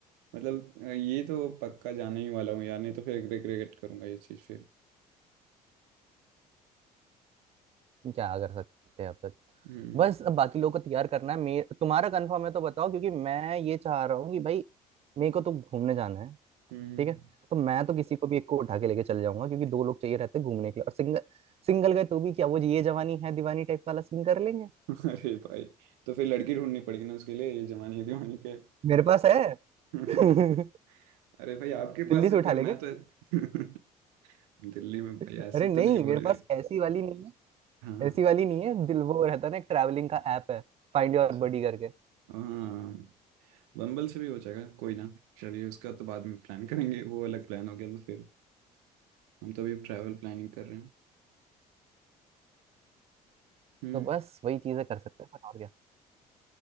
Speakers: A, on the right (about 65°); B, on the right (about 30°).
A: मतलब ये तो पक्का जाने ही वाला हूँ यार नहीं तो फिर रिग्रेट करूंगा ये चीज़ फिर
B: क्या कर सकते हैं अपन
A: हम्म
B: बस अब बाकी लोगों को तैयार करना है मे तुम्हारा कंफर्म है तो बताओ क्योंकि मैं ये चाह रहा हूँ कि भाई मेरे को तो घूमने जाना है
A: हम्म
B: ठीक है तो मैं तो किसी को भी एक को उठा के लेके चले जाऊंगा क्योंकि दो लोग चाहिए रहते हैं घूमने के लिए और सिंगल सिंगल गए तो भी क्या वो ये जवानी है दीवानी टाइप वाला सीन कर लेंगे
A: <laughs> अरे भाई तो फिर लड़की ढूंढनी पड़ेगी ना उसके लिए ये जवानी दीवानी के
B: मेरे पास है
A: <laughs>
B: <laughs>
A: अरे भाई आपके
B: दिल्ली
A: पास
B: से
A: है
B: उठा
A: फिर
B: लेंगे
A: मैं तो <laughs> दिल्ली में भाई
B: अरे
A: ऐसे
B: नहीं
A: तो नहीं बोली
B: मेरे पास
A: रही
B: ऐसी वाली नहीं
A: हाँ
B: ऐसी वाली नहीं है दिल वो रहता है ना एक ट्रैवलिंग का ऐप है फाइंड योर
A: अच्छा
B: बडी करके
A: हाँ बम्बल से भी हो जाएगा कोई ना चलिए उसका तो बाद में प्लान करेंगे वो अलग प्लान हो गया तो फिर हम तो अभी ट्रैवल प्लानिंग कर रहे हैं हम्म
B: तो बस वही चीजें कर सकते हैं पर और क्या